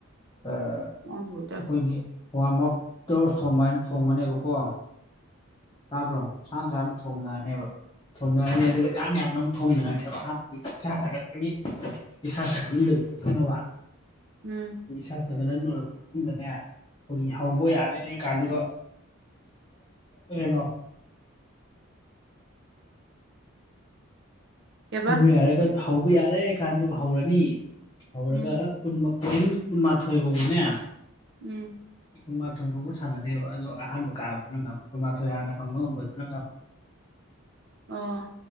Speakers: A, on the left; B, on the right.
A: ꯑꯩꯈꯣꯏꯒꯤ
B: ꯎꯝ
A: ꯄ꯭ꯋꯥ ꯃꯥꯛ ꯇꯔꯣꯁ ꯊꯣꯡ ꯍꯥꯏꯅ ꯊꯣꯡꯒꯅꯦꯕꯀꯣ ꯇꯥꯕ꯭ꯔꯣ ꯁꯥꯅ ꯁꯥꯅ ꯊꯣꯝꯅꯔꯅꯦꯕ ꯊꯣꯝꯅꯔꯅꯤ ꯑꯗꯨꯒ ꯌꯥ ꯌꯥꯅ ꯑꯃꯛ ꯊꯣꯝꯅꯔꯅꯤꯕ ꯑꯍꯥꯟꯕꯒꯤ ꯏꯁꯩꯥ ꯁꯥꯒꯠꯄꯒꯤ ꯑꯩꯁꯥ ꯑꯥꯁꯒꯠ ꯃꯥꯟꯗꯕꯗꯒꯤ ꯈꯪꯑꯕꯔ
B: ꯎꯝ
A: ꯑꯗꯨ ꯏꯁꯥ ꯁꯒꯠꯍꯟ ꯂꯣꯏꯔꯕ ꯃꯇꯨꯡꯗꯅꯦ ꯑꯩꯈꯣꯏꯒꯤ ꯍꯧꯕ ꯌꯥꯔꯦ ꯀꯥꯟꯗꯨꯒ ꯀꯩꯅꯣ
B: ꯀꯩꯕ
A: ꯍꯧ ꯌꯥꯔꯒ ꯍꯧꯕ ꯌꯥꯔꯦ ꯀꯥꯟꯗꯨ ꯍꯧꯔꯅꯤ ꯍꯧꯔꯒ
B: ꯎꯝ
A: ꯀꯨꯟ ꯄꯣꯏꯟ ꯀꯨꯟꯃꯥꯊꯣꯏ ꯐꯧꯅꯦ
B: ꯎꯝ
A: ꯀꯨꯟꯃꯥꯊꯣꯏ ꯐꯥꯎꯕ ꯁꯥꯟꯅꯅꯦꯕ ꯑꯗꯨ ꯑꯍꯥꯟꯕ ꯀꯥꯕꯗꯨꯅ ꯉꯝꯃꯦ ꯀꯨꯟꯃꯥꯊꯣꯏ ꯍꯥꯟꯅ ꯐꯪꯕ ꯉꯝꯕꯗꯨꯅ ꯉꯝꯃꯦ
B: ꯑ